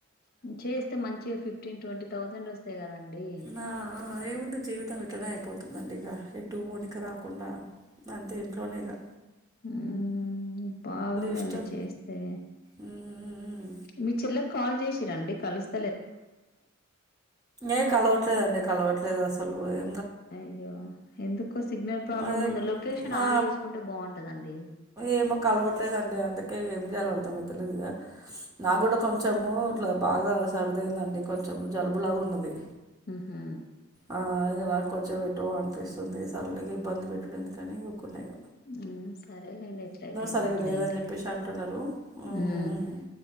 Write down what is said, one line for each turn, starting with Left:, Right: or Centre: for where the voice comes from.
Left: మ్మ్ చేస్త్ అయితే మంచిగా ఫిఫ్టీన్ ట్వంటీ థౌజండ్ వస్తాయి కదండి
Right: నా ఏముంది జీవితం ఇట్లానే అయిపోతుందండి ఇక ఎటు పోనిక రాకుండా అంతే ఇంట్లోనేగా
Left: మ్మ్ బాగుంది
Right: ఇష్టం
Left: అండి చేస్తే
Right: మ్మ్
Left: మీ చెల్లెకి కాల్ చేసి రండి కలుస్
Right: ఏ కలవట్లేదండి కలవట్లేదు అస లు పోయే
Left: అయ్యో ఎందుకో సిగ్నల్ ప్రాబ్లమ్
Right: అదే
Left: ఉంది లొకేషన్
Right: ఆ
Left: ఆన్ చేసుకుంటే బాగుంటదండి.
Right: ఏమో కలవట్లేదండి అందుకే ఏం చెయాలో అర్థమైతలేదిగా. నాకు గూడ కొంచమూ ట్ల బాగా సర్దైంది అండి కొంచెము జలుబు లాగా ఉన్నది.
Left: హ్మ్ హు
Right: ఆ ఇగ నాక్ కొంచెం ఎటో అనిపిస్తుంది సరలే ఇగా ఇబ్బంది పెట్టుడు ఎందుకని ఊకున్న ఇగ.
Left: హ్మ్ సరేలేండి ఎట్లయితే ఏముంది
Right: సరిగా లేదని
Left: లేండి.
Right: చెప్పేసి అంటున్నారు ఉమ్,
Left: హ్మూ